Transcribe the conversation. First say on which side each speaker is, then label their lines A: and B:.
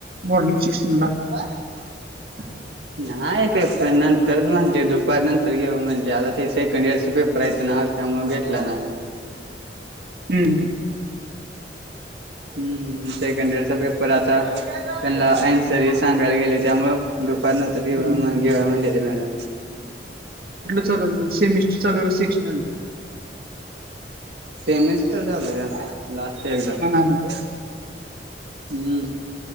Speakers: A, on the right; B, on the right.
A: मॉर्निंग सिशनला.
B: का?
A: <unintelligible> <inaudible>
B: ना पेपर नंतर म्हणले दुपारी नंतर ग म्ह सेकंड इयरस पेपर येत ना. त्यामु गेटला नाही.
A: हम्म
B: हम्म सेकंड इयरचा पेपर आता त्यांना अन्सरी सांगायला गेले त्यामु ग्रुप नंतर घेवा
A: हम्म
B: घेवा म्हणडली मॅडम
A: चाल सेमिस्टर चालू सेशल
B: सेनिस तरर चालूय त्यांचा लास्ट एकदा
A: हा
B: हम्म.